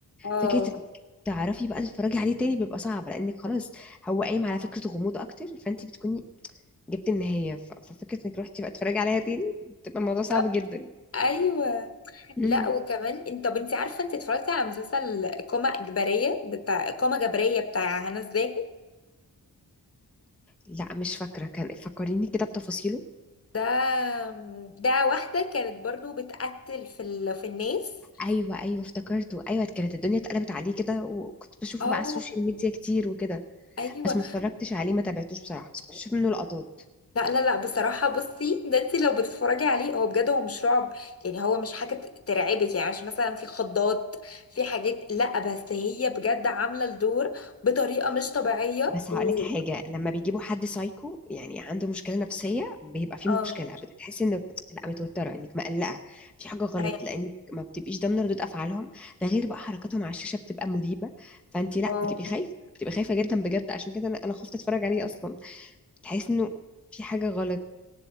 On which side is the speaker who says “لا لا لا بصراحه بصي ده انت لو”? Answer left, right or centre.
Left